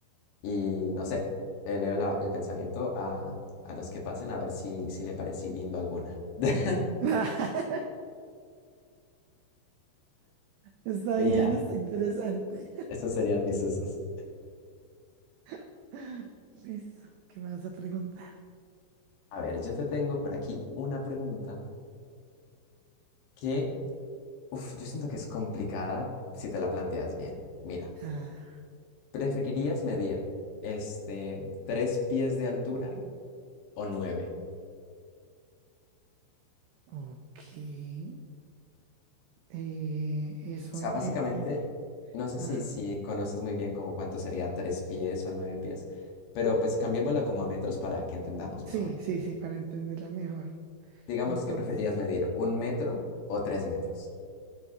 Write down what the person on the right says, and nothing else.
<laughs> Está
bien,
está interesante.
<laughs> Listo, ¿qué me vas a preguntar?
Ah,
ok. Eh, eso
en,
en- eh,
ajá.
Sí,
sí, sí, para entenderla mejor.
Entonces.